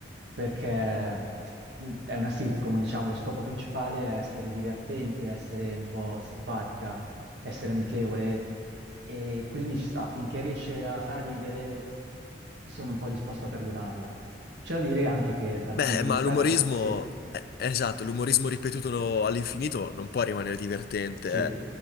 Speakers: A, on the right; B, on the left.
A: perché mm, è una sitcom, diciamo, lo scopo principale è essere divertente, essere un po' simpatica, essere amichevole, e quindi ci sta, finché riesce a far ridere, sono un po' disposto a perdonarla. C'è da dire anche che dal
B: Beh,
A: punto di
B: ma
A: vista...
B: l'umorismo,
A: se-
B: eh, esatto, l'umorismo ripetuto all'infinito non può rimanere divertente.
A: sì,